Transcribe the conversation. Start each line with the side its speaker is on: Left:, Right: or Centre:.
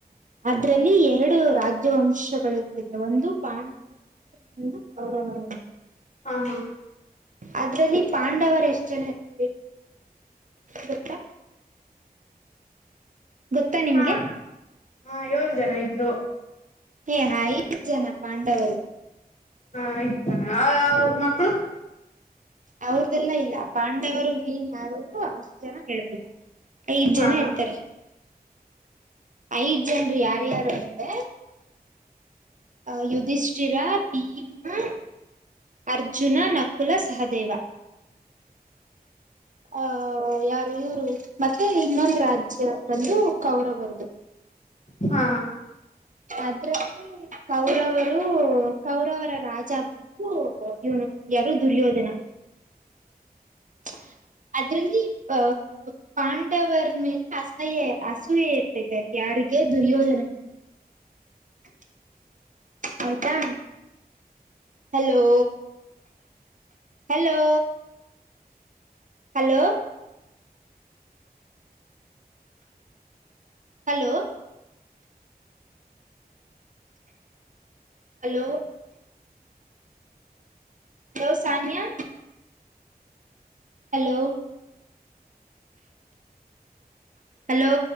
Right: ಅದ್ರಲ್ಲಿ ಎರಡು ರಾಜ್ಯವಂಶ <unintelligible> ಒಂದು ಪಾಂಡವರು <unintelligible> ಒಂದು ಕೌರವರು ಅಂತ
Left: ಹಾ ಹಾ
Right: ಅದ್ರಲ್ಲಿ ಪಾಂಡವರ್ ಎಷ್ಟ್ ಜನ ಇರ್ತಾರೆ ಗೊತ್ತ ಗೊತ್ತಾ ನಿಮ್ಗೆ
Left: ಹಾ ಹಾ ಏಳು ಜನ ಇದ್ರು
Right: ಹೇ ಐದು ಜನ ಪಾಂಡವರು
Left: ಹಾ ಇತ ಅವ್ರ ಮಕ್ಳು
Right: ಅವ್ರದೆಲ್ಲ ಇಲ್ಲ ಪಾಂಡವರು ಮೈನ್ ಯಾರು ಅಷ್ಟ ಜನ ಹೇಳ್ಬೇಕು ಐದ್
Left: ಹಾ
Right: ಜನ
Left: ಹಾ
Right: ಇರ್ತಾರೆ ಐದ್ ಜನ್ರು ಯಾರ್ಯಾರು ಅಂತೇ ಅ ಯುಧಿಷ್ಠಿರ ಭೀಮಾ ಅರ್ಜುನ ನಕುಲ ಸಹದೇವ ದೇವ ಹ ಯಾರು ಇವರು ಮತ್ತೆ ಇನ್ನೊಂದು ರಾಜ್ಯ ಬಂದು ಕೌರವರದು
Left: ಹಾ
Right: ಅದ್ರಲ್ಲಿ ಕೌರವರು ಕೌರವರ ರಾಜ ಬಂದು ಇವನು ಯಾರೋ ದುರ್ಯೋಧನ <unintelligible> ಅದ್ರಲ್ಲಿ ಅ ಪಾಂಡವರ ಮೇಲೆ ಅಸಹ್ಯ ಅಸೂರ್ಯ ಇರ್ತೈತೆ ಯ <unintelligible> ಯಾರಿಗೆ ದುರ್ಯೋಧನ <inaudible> ಆಯ್ತಾ hello hello hello hello hello hello Sania hello hello